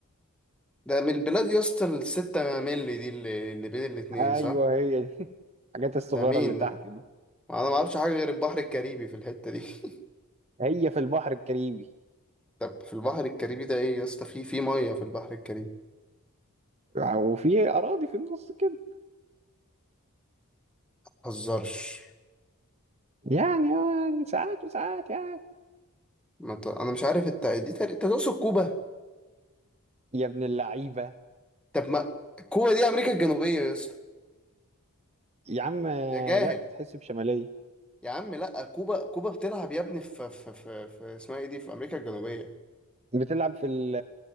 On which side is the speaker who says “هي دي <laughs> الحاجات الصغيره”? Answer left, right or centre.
Right